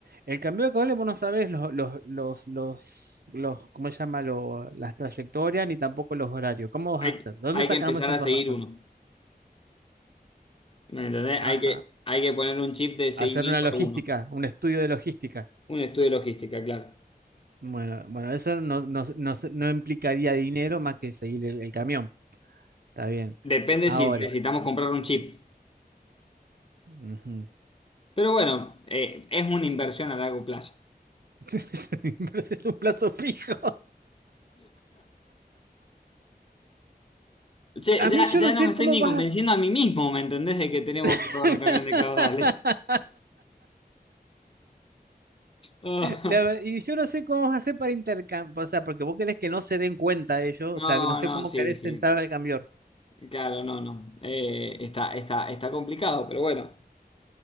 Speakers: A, on the right (about 70°); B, on the left (about 35°).
A: El camión de caudales vos no sabés los, los, los, los, los- ¿cómo se llama? Lo- las trayectorias ni tampoco los horarios. ¿Cómo vas
B: Hay,
A: a hacer? ¿De dónde
B: hay
A: sacamos
B: que empezar
A: esa
B: a
A: información?
B: seguir uno. ¿Me entendés?
A: Ajá.
B: Hay que, hay que poner un chip de seguimiento
A: Hacer una logística,
B: a uno.
A: un estudio de logística.
B: Un estudio de logística, claro.
A: Bueno, bueno, eso no, no, no, se- no implicaría dinero más que seguir el, el camión. Está bien.
B: Depende
A: Ahora.
B: si necesitamos comprar un chip.
A: ujú.
B: Pero bueno, eh, es una inversión a largo plazo.
A: <laughs> Me parece un plazo fijo.
B: Che,
A: A
B: ya,
A: mí yo
B: ya
A: no sé
B: no me estoy
A: cómo
B: ni
A: vas.
B: convenciendo a mí mismo, ¿me entendés? De que tenemos
A: <laughs>
B: que pagar un camión de caudales. <laughs> Ah,
A: La ver- y yo no sé cómo vas a hacer para intercambiar, o sea, porque vos querés que no se den cuenta ellos,
B: No,
A: o sea, que no sé
B: no,
A: cómo
B: sí,
A: querés
B: sí.
A: entrar al cambiar.
B: Claro, no, no. Eh, está, está, está complicado, pero bueno.